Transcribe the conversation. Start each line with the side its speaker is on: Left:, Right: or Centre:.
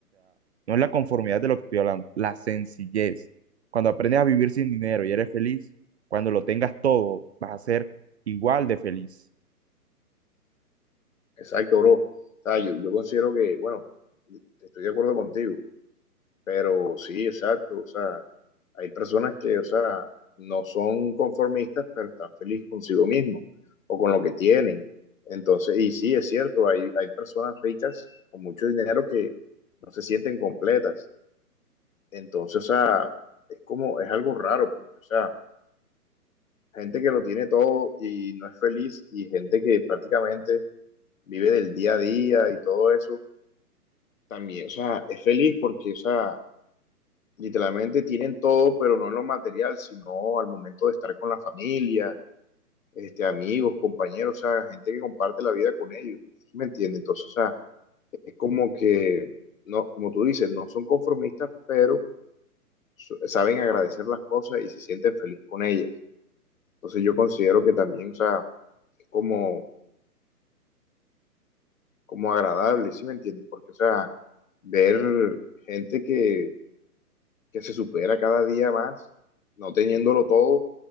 Right: No es la conformidad de lo que estoy hablando, la sencillez. Cuando aprendes a vivir sin dinero y eres feliz, cuando lo tengas todo, vas a ser igual de feliz.
Left: Exacto, bro. O sea, yo, yo considero que, bueno, estoy de acuerdo contigo. Pero sí, exacto, o sea, hay personas que, o sea, no son conformistas, pero están felices consigo mismos o con lo que tienen. Entonces, y sí, es cierto, hay, hay personas ricas con mucho dinero que no se sienten completas. Entonces, o sea, es como, es algo raro, porque, o sea, gente que lo tiene todo y no es feliz y gente que prácticamente vive del día a día y todo eso, también, o sea, es feliz porque, o sea, literalmente tienen todo, pero no en lo material, sino al momento de estar con la familia, este, amigos, compañeros, o sea, gente que comparte la vida con ellos, ¿sí ¿me entiendes? Entonces, o sea, es como que, no, como tú dices, no son conformistas, pero su- saben agradecer las cosas y se sienten feliz con ellas. Entonces yo considero que también, o sea, es como, como agradable, ¿sí me entiendes? Porque, o sea, ver gente que, que se supera cada día más, no teniéndolo todo,